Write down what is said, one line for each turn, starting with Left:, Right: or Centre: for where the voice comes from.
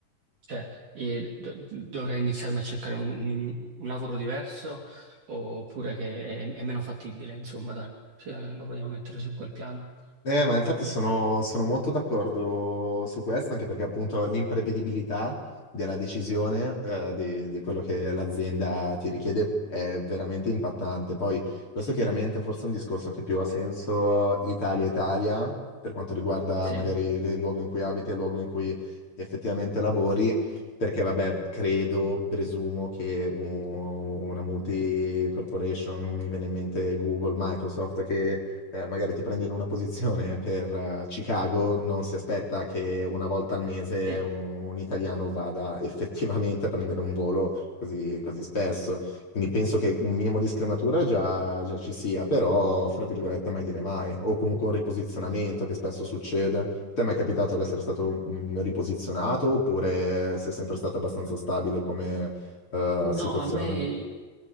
Right: cioè, e do- dovrei iniziarmi a cercare un, un- un lavoro diverso oppure che è, è meno fattibile, insomma, dai, Cioè, lo vogliamo mettere su quel piano.
Left: Eh, ma infatti sono, sono molto d'accordo su questo, anche perché appunto l'imprevedibilità della decisione eh, di, di quello che l'azienda ti richiede è veramente impattante. Poi questo chiaramente forse è un discorso che più ha senso Italia-Italia, per quanto riguarda
Right: Sì.
Left: magari il luogo in cui abiti e il luogo in cui effettivamente lavori, perché vabbè, credo, presumo che un- una multi-corporation, mi viene in mente Google, Microsoft, che eh, magari ti prendi in una posizione <laughs> per eh, Chicago, non si aspetta che una volta al mese
Right: Sì.
Left: un, un italiano vada effettivamente a prendere un volo così, così spesso. Quindi penso che un minimo di scrematura già, già ci sia, però, fra virgolette, mai dire mai. O comunque un riposizionamento che spesso succede. Te mi è capitato di essere stato mh, riposizionato oppure sei sempre stata abbastanza stabile come eh,
Right: No,
Left: situazione?
Right: a me.